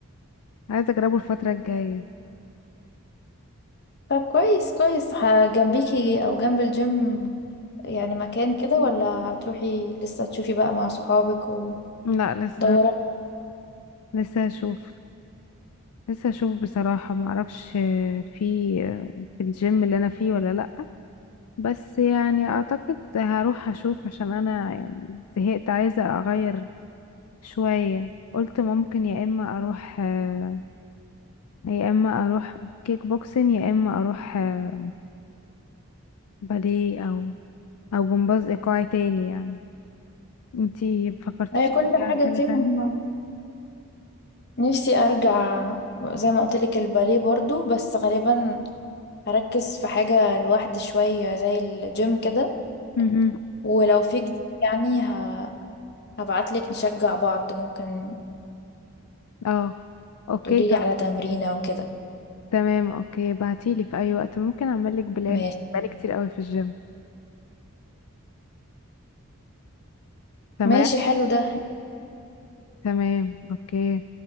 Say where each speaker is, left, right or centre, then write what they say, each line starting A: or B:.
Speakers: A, on the left; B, on the left.
A: عايزة اجربه الفترة الجاية
B: طب كويس كويس ه- جنبيكي او جنب الجيم يعني مكان كده ولا هتروحي لسه تشوفي بقى مع صحابك
A: لا لسه
B: ودورات
A: هش- لسه هشوف لسه هشوف بصراحة ما اعرفش آه، في آه، في الجيم اللي انا فيه ولا لا بس يعني اعتقد هروح اشوف عشان انا يعني زهقت عايزة اغير شوية قلت ممكن يا اما اروح آه، يا اما اروح كيك بوكسين يا اما اروح آه، باليه او او جمباز ايقاعي تاني يعني انتي فكرتيش
B: هي كل
A: ترجعي
B: حاجة
A: لحاجه
B: فيهم
A: تانية
B: نفسي ارجع زي ما قلت لك الباليه برضو بس غالبا هركز في حاجة لوحدي شوية زي الجيم كده
A: مهم.
B: ولو في جديد يعني ه... هبعتلك نشجع بعض ممكن
A: اه اوكي
B: تقوليلي
A: تم-
B: على تمرينة وكده
A: تمام اوكي بعتيلي في اي وقت ممكن اعملك بلان
B: ماشي
A: بقالي كتير قوي في الجيم تمام
B: ماشي حلو ده
A: تمام اوكي